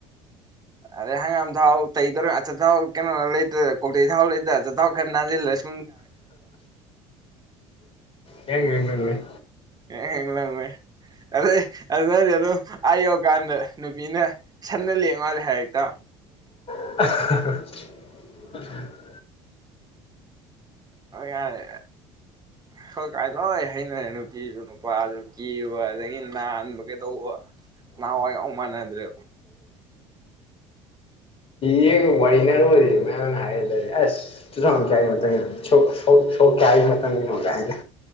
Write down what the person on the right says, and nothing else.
ꯑꯔꯦ ꯍꯪꯒꯥꯝ ꯊꯥꯎ ꯇꯩꯗꯧꯔ ꯑꯆꯥꯊꯥꯎ ꯀꯩꯅꯣ ꯂꯩꯇ꯭ꯔ ꯀꯣꯆꯩ ꯊꯥꯎ ꯂꯩꯇ꯭ꯔ ꯑꯆꯥꯊꯥꯎ ꯈꯔ ꯅꯥꯁꯤꯜꯂꯁꯤ
ꯑꯦꯃꯦ ꯑ ꯑꯗꯨꯅꯗꯤ ꯑꯗꯨꯝ ꯑ ꯌꯧꯀꯥꯟꯗ ꯅꯨꯄꯤꯅ ꯁꯟꯅ ꯂꯦꯛ ꯃꯥꯜꯂꯦ ꯍꯥꯏꯔꯦꯛꯇ
ꯌꯥꯔꯦ ꯈꯔ ꯀꯥꯏ ꯂꯣꯏ ꯍꯩꯅꯔꯦ ꯅꯨꯄꯤꯁꯨ ꯅꯨꯄꯥꯁꯨ ꯀꯤꯕ ꯑꯗꯒꯤ ꯅꯥꯟꯕ ꯀꯩꯗꯧꯕ ꯅꯅꯥ ꯃꯅꯤꯗ꯭ꯦ